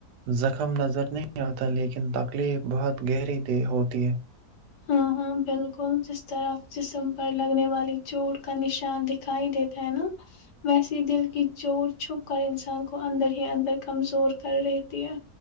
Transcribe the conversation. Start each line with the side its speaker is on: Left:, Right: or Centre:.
Right: زخم نظر نہیں آتا لیکن تکلیف بہت گہری د ہوتی ہے
Left: ہاں ہاں بالکل جس طرف جسم پر لگنے والی چوٹ کا نشان دکھائی دیتا ہینا ویسیے دل کی چوٹ چھپ کر انسان کو اندر ہی اندر کمزور کر رہتی ہے